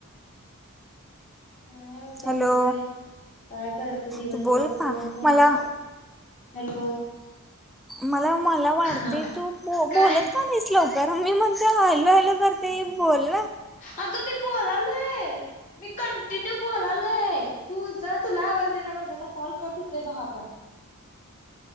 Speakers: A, on the left; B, in the centre.
A: काय बसलोय
B: हॅलो
A: काय करायचं दिवसभर
B: तू बोल का
A: फोन फोन
B: मला
A: फोन हॅलो
B: मला मला वाढते
A: हा
B: तू
A: काय
B: बोलत का नाहीस लवकर मी म्हणते हॅलो हॅलो करते बोल
A: अगं मी बोलालोय मी कंटिन्यू बोलालो य तूझ तुला आवाज येईना ना माझा आता कॉल कट होतय ब हा पण